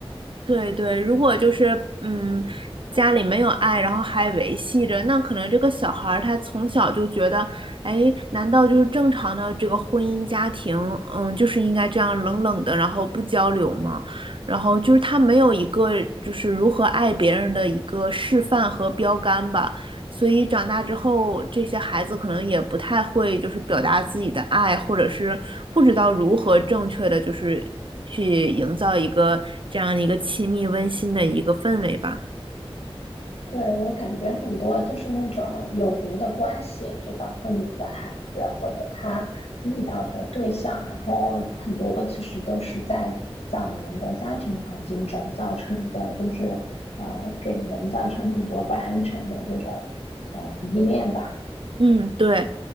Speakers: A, on the right; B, on the left.
A: 对对，如果就是嗯，家里没有爱，然后还维系着，那可能这个小孩儿他从小就觉得，哎，难道就是正常的这个婚姻家庭，嗯，就是应该这样冷冷的，然后不交流吗？然后就是他没有一个就是如何爱别人的一个示范和标杆吧，所以长大之后，这些孩子可能也不太会就是表达自己的爱，或者是不知道如何正确的就是去营造一个这样的一个亲密温馨的一个氛围吧。
B: 对，我感觉很多就是那种有毒的关系，就包括你的孩子或者他遇到的对象，然后很多其实都是在早年的家庭环境中造成的，就是呃给人造成很多不安全的这种呃依恋吧。
A: 嗯，对，